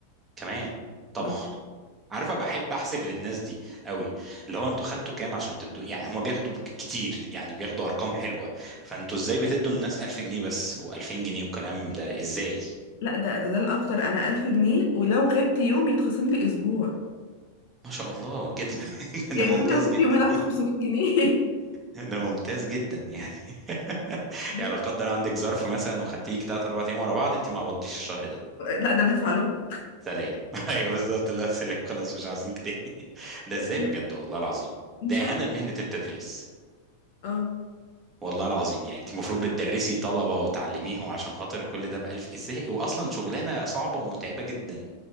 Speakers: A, on the right (about 20°); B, on the left (about 50°).
A: كمان طبعا
B: بس
A: عارفه بحب احسب للناس دي قوي اللي هو انتوا خدتوا كام عشان تدوا يعني هما بياخدوا ك- كتير يعني بياخدوا ارقام حلوه فانتوا ازاي بتدوا الناس 1000 جنيه بس و2000 جنيه والكلام ده ازاي
B: لا ده ده ده الاكتر انا 1000 جنيه ولو غبت يوم يتخصم لي اسبوع
A: ما شاء الله جدا <laughs>
B: يعني
A: ده ممتاز
B: انا لو غبت
A: جدا
B: يومين اخد 500 جنيه
A: ده ممتاز جدا يعني <laughs>
B: <laughs>
A: يعني لو قدر عندك ظرف مثلا وخدتيك 3 4 ايام ورا بعض انت ما قبضتيش الشهر ده
B: لا ده انا هدفع لهم
A: سلام <laughs> ايوه بالظبط الله سلام خلاص مش عاوزينك تاني <laughs> ده
B: ده-
A: ازاي
B: ده-
A: بجد والله العظيم
B: مش
A: ده
B: عارفه
A: اهانه لمهنه التدريس
B: اه
A: والله العظيم يعني انت المفروض بتدرسي طلبة وتعلميهم عشان خاطر كل ده بألف ازاي واصلا شغلانة صعبة ومتعبة جدا